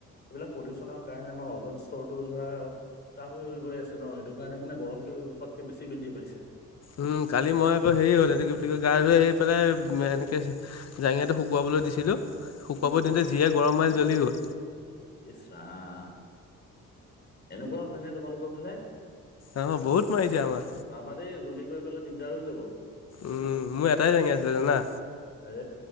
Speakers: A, on the left; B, on the left.
A: এইবিলাক পলিউচনৰ কাৰণে আমাৰ ওজন স্তৰটো ধৰা। পাহ হৈ গৈ আছে ন সেইটো কাৰণে মানে গৰমটো জোখতকে বেছি বৃদ্ধি পাইছে।
B: উম কালি মই আকৌ হেৰি হ'ল এইটো কি বুলি কয় গা ধ আহৰি পেলাই এনেকে জাঙাটো শুকুৱাবলৈ দিছিলো। শুকুৱাবৰ
A: উম,
B: দিনতে যিয়ে গৰম মাৰ জ্বলি গ'ল।
A: ইছ ৰাম। এনেকুৱা হয় ন তোমালোকৰ ফালে।
B: অ', বহুত মায়ছে আমাৰ।
A: চাবা দেই জ্বলি কৰি গলে দিগদাৰ হৈ যাব।
B: উম', মোৰ এটাই জাঙিয়া আছে জানা
A: এ